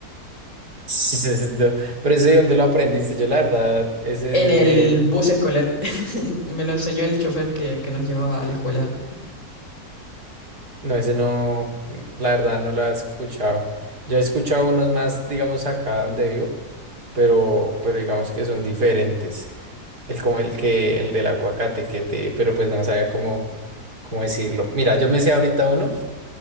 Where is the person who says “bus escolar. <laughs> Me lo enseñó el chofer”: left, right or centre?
Left